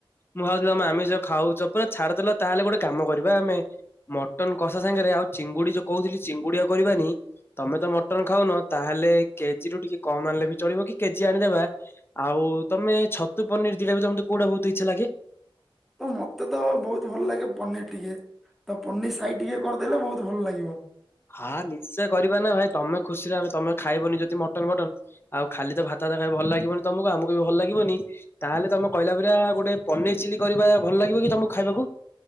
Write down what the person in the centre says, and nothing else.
ତ ମତେ ତ ବହୁତ ଭଲ ଲାଗେ ପନିର ଟିକେ ତ ପନିର ସାହି ଟିକେ କରିଦେଲେ ବହୁତ ଭଲ ଲାଗିବ।